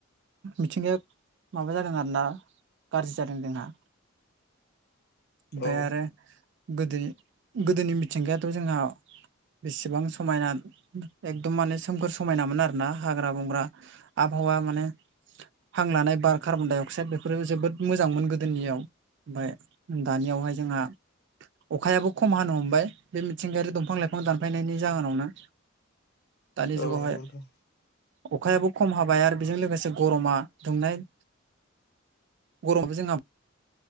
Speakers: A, on the right; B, on the left.
A: मिथिंगाया माबा जादों आरोना गाज्रि जादों जोंहा। ओमफ्राय
B: औ
A: आरो गोदोनि गोदोनि मिथिंगायाथ' जोंहा बेसेबां समायना एकदम माने सोमखोर समायनामोन आरोना हाग्रा बंग्रा आबहावा माने हां लानाय बार कार्बनदडाइ अक्साइद बेफोरो जोबोद मोजांमोन गोदोनियाव। ओमफ्राय दानियावहाय जोंहा अखायाबो खम हानो हमबाय बे मिथिंगायारि दंफां लाइ फां दानफायनायनि जाहोनावनो दानि
B: औ
A: जुगावहाय।
B: नंगौ नोंथां
A: अखायाबो खम हाबाय आरो बेजों लोगोसे गरमा दुंनाय गरमबो जोंहा